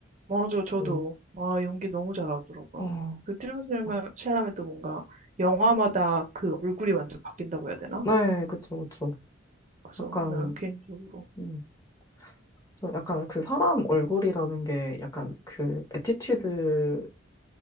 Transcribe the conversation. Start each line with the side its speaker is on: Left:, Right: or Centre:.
Right: 맞아, 저도.
Left: 음,
Right: 아, 연기 너무 잘하더라고요.
Left: 어,
Right: 그 티모시 샬라메-
Left: 아,
Right: 샬라메도 뭔가 영화마다 그 얼굴이 완전 바뀐다고 해야 되나?
Left: 네, 그쵸, 그쵸.
Right: 그래서,
Left: 약간,
Right: 네, 개인적으로.
Left: 음, 저 약간 그 사람 얼굴이라는 게 약간 그 애티튜드에서